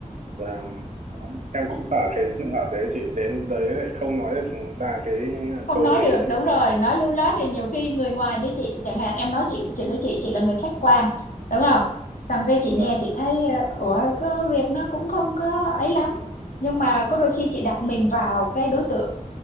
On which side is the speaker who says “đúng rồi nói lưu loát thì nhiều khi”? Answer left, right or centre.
Left